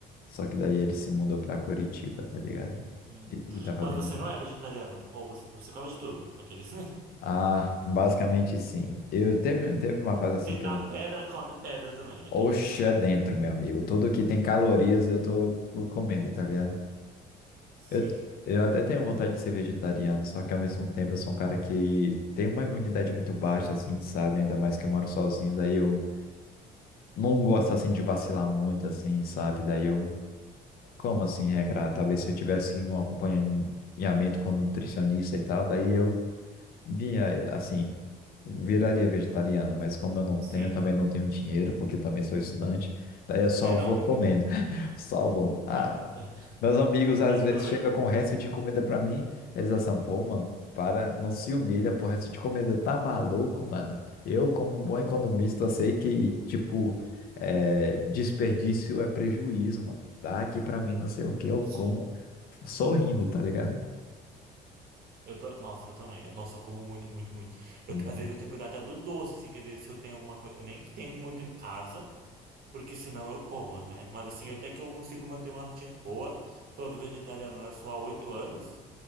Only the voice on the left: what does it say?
só que daí ele se mudou pra Curitiba, tá ligado?
E, e tá fazendo.
Ah, basicamente sim. Eu teve, teve uma fase assim
que
eu.
Oxe,
é dentro, meu amigo. Tudo que tem calorias eu tô comendo, tá ligado?
Eu, eu até tenho vontade de ser vegetariano, só que ao mesmo tempo eu sou um cara que tem uma imunidade muito baixa, assim, sabe? Ainda mais que eu moro sozinho, daí eu não gosto assim de vacilar muito, assim, sabe? Daí eu. Como assim regrar? Talvez se eu tivesse um acompanhamento com nutricionista e tal, daí eu vinha, assim, viraria vegetariano, mas como eu não
tenho, também não tenho dinheiro, porque também sou estudante, daí eu só
vou comendo. <laughs> Salvo.
Meus amigos às
vezes
chegam com resto de comida pra mim, eles assim, pô, mano, para, não se humilha por resto de comida, tá maluco, mano? Eu, como bom economista, sei que, tipo, é, desperdício é prejuízo, mano. Dá aqui pra mim, não sei o que, eu
como sorrindo, tá ligado?
Uhum.